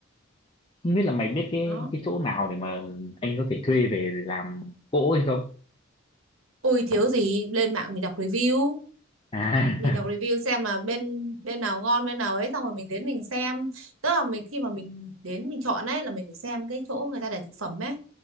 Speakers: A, on the left; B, on the right.
A: không biết là mày biết cái
B: Đó.
A: cái chỗ nào để mà anh có thể thuê về làm cỗ hay không
B: Ôi thiếu gì lên mạng mình đọc review
A: à
B: mình đọc review xem là bên bên nào ngon bên nào ấy xong rồi mình đến mình xem tức là mình khi mà mình đến mình chọn ấy là mình phải xem cái chỗ người ta để thực phẩm ấy